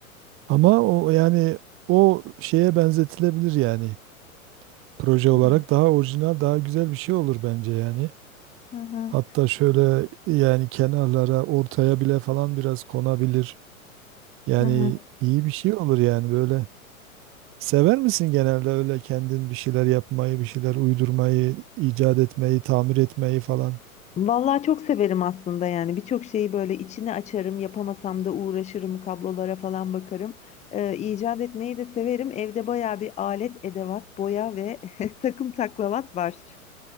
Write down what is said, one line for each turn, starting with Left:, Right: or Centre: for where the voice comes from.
Right: ama o yani o şeye benzetilebilir yani. Proje
Left: Hmm.
Right: olarak daha orijinal, daha güzel bir şey olur bence yani.
Left: Hı hı,
Right: Hatta şöyle yani kenarlara, ortaya bile falan biraz konabilir. Yani
Left: hı hı.
Right: iyi bir şey olur yani böyle. Sever misin genelde öyle kendin bir şeyler yapmayı, bir şeyler uydurmayı, icat etmeyi, tamir etmeyi falan?
Left: Vallahi çok severim aslında yani birçok şeyi böyle içine açarım yapamasam da uğraşırım kablolara falan bakarım ee, icat etmeyi de severim evde bayağı bir alet edevat boya ve <laughs> takım taklavat var